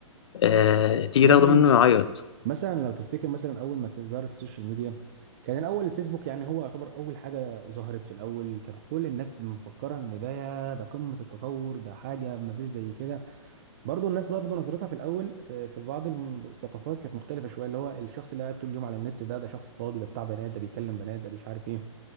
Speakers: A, on the left; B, on the right.
A: آه، تيجي
B: مثلا
A: تاخده منه يعيط
B: مثلا لو تفتكر مثلا اول ما ظهرت السوشيال ميديا كان الاول الفيسبوك يعني هو يعتبر اول حاجه ظهرت في الاول كان كل الناس مفكره ان ده ده قمه التطور ده حاجه ما فيش زي كده برضو الناس برضو نظرتها في الاول في, في بعض الم- الثقافات كانت مختلفه شويه اللي هو الشخص اللي قاعد طول اليوم على النت ده ده شخص فاضي ده بتاع بنات ده بيكلم بنات ده مش عارف ايه